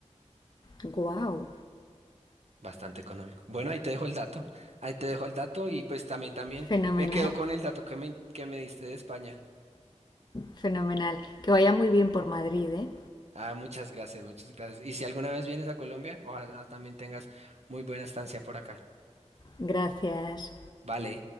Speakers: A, on the left (about 35°); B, on the right (about 60°).
A: wow.
B: Bastante económico. Bueno, ahí te dejo el dato. Ahí te dejo el dato y pues también, también
A: Fenomenal,
B: me quedo con el dato que me, que me diste de España.
A: fenomenal. Que vaya muy bien por Madrid, ¿eh?
B: Ah, muchas gracias, muchas gracias. Y si alguna vez vienes a Colombia, ojalá también tengas muy buena estancia por acá.
A: Gracias.
B: vale